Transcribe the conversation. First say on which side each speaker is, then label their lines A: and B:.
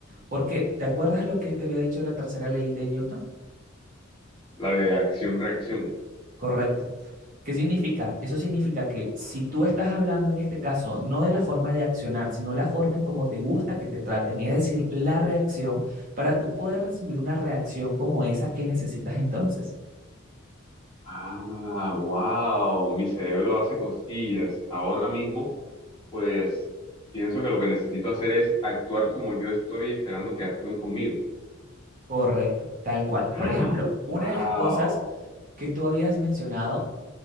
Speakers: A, on the right; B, on the left.
A: Porque, ¿te acuerdas lo que te había dicho de la tercera ley de Newton?
B: La de acción-reacción.
A: Correcto. ¿Qué significa? Eso significa que si tú estás hablando en este caso no de la forma de accionar, sino la forma en cómo te gusta que te traten, es decir, la reacción, para tú poder recibir una reacción como esa que necesitas entonces.
B: Ah, wow, mi cerebro hace cosquillas. Ahora mismo, pues pienso que lo que necesito hacer es actuar como yo estoy esperando que actúen conmigo.
A: Correcto, tal cual.
B: Ah,
A: Por ejemplo,
B: wow.
A: una de las cosas que tú habías mencionado